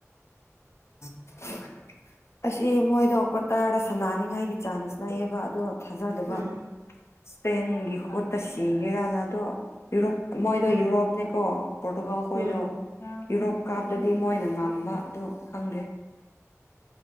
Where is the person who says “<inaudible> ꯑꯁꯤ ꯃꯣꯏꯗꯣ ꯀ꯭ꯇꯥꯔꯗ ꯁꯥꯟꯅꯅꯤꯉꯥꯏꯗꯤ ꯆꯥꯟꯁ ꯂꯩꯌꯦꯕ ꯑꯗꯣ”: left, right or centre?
Left